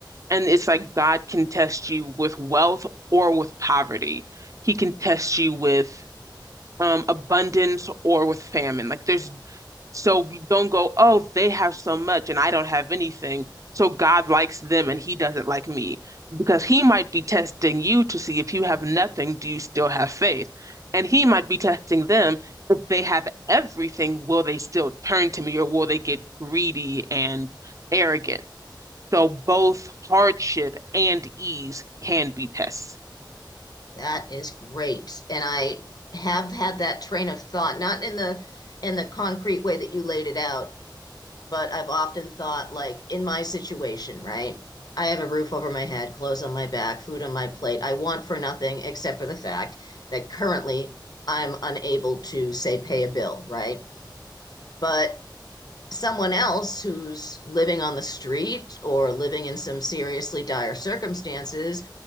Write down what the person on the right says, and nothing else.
And it's like God can test you with wealth or with poverty. He can test you with um abundance or with famine. Like there's so we don't go, oh, they have so much and I don't have anything. So God likes them and he doesn't like me because he might be testing you to see if you have nothing, do you still have faith? And he might be testing them if they have everything, will they still turn to me or will they get greedy and arrogant? So both hardship and ease can be tests.